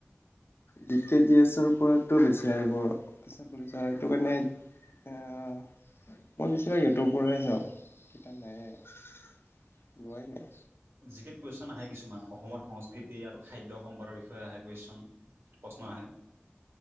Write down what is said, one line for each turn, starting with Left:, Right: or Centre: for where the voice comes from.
Left: ডি কে জি এছৰ ওপৰতো বেছি আহিব আছে বুলি সেইটো কাৰণে মই বেছিভাগ ইিউটোৰ পৰাই যাওঁ এ নাই লোৱাই নাই
Right: যিকে কোৱেশ্ন আহে কিছুমান অসমৰ সংস্কৃতি আৰু খাদ্য সম্পাদৰ বিষয়ে আহে কোৱেশ্ন প্ৰশ্ন আহে